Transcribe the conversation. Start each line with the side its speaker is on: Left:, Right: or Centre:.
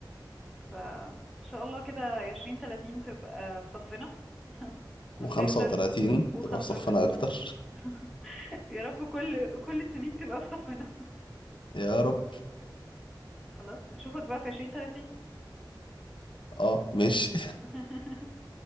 Centre: فإن شاء الله كده عشرين تلاتين تبقى في صفنا <laughs> ونقدر
Left: و35
Centre: وخمسة
Left: تبقى في صفنا
Centre: وتلاتين
Left: اكتر
Centre: <laughs> يا رب كل كل السنين تبقى في صفنا
Left: <laughs> يا رب
Centre: خلاص أشوفك بقى في عشرين تلاتين
Left: اه ماشي
Centre: <laughs>